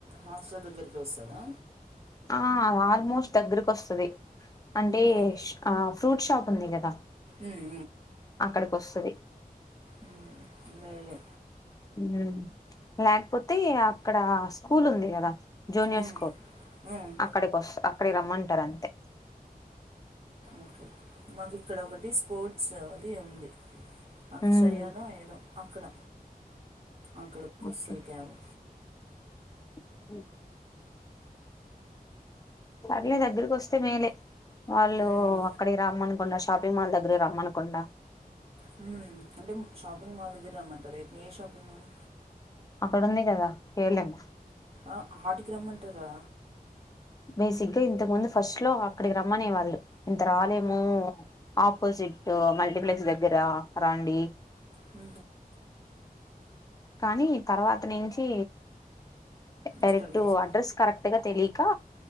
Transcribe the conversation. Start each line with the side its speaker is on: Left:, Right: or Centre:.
Right: హాస్టల్ దగ్గరికి వస్తాదా
Left: ఆ ఆల్మోస్ట్ దగ్గరకు వస్తది అంటె
Right: ఉమ్,
Left: ఆ ఫ్రూట్ షాప్ ఉంది గదా
Right: ఉమ్,
Left: అక్కడికి వస్తది
Right: ఉమ్ మే లె
Left: హ్మ్మ్. ల్యాకపోతే అక్కడ స్కూల్ ఉంది కదా జూనియర్
Right: ఉమ్,
Left: స్కూల్
Right: ఉమ్,
Left: అక్కడికి వస్తా అక్కడికి రమ్మంటారు అంతే
Right: ఓకే మాకు ఇక్కడ ఒకటి స్పోర్ట్స్ ది ఉంది అక్షయద
Left: హ్మ్
Right: ఏదొ అక్కడ అక్కడికి వస్తాది
Left: ఓకే
Right: క్యాబు
Left: <inaudible> పర్లే దగ్గరకి వస్తే మేలే వాళ్ళు
Right: ఉమ్,
Left: అక్కడ రామ్మని గుండ షాపింగ్ మాల్ దగ్గర రమ్మనుకుండా
Right: హ్మ్మ్ అంటే షాపింగ్ మాల్ దగ్గర రమ్మంటారు ఏ షాపింగ్ మాల్
Left: అక్కడుంది కదా కేలము
Right: ఆ హాటికి రమ్మంటారా
Left: బేసిక్గా ఇంతకు ముందు ఫస్ట్ లో అక్కడికి రమ్మనే వాళ్ళు ఇంత రాలేమో ఆపోజిట్ మల్టీప్లెక్స్ దగ్గర రండి
Right: హ
Left: కానీ తర్వాత నుంచి డైరెక్ట్
Right: ఇక్కడికి వస్త
Left: అడ్రెస్ కరెక్ట్గా తెలీకా